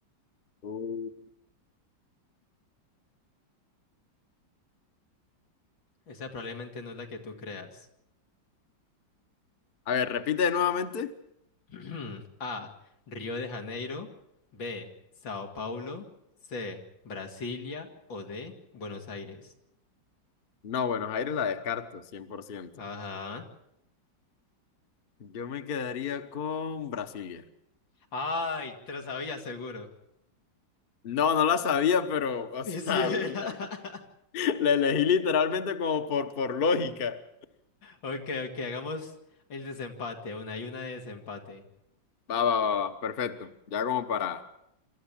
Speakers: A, on the left (about 35°); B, on the left (about 80°).
A: Uh,
B: Esa probablemente no es la que tú creas.
A: A ver, repite nuevamente.
B: <clears throat> A. Río de Janeiro. B. Sao Paulo. C. Brasilia. O D. Buenos Aires.
A: No, Buenos Aires la descarto, 100%.
B: Ajá.
A: Yo me quedaría con Brasilia.
B: Ay, te lo sabía seguro. <laughs>
A: No, no la sabía, pero, o
B: Y
A: sea,
B: sí era.
A: <laughs> lo- la,
B: <laughs>
A: la elegí literalmente como por, por lógica.
B: Ok, ok, hagamos el desempate. Una y una de desempate.
A: Va, va, va, va, perfecto. Ya como para...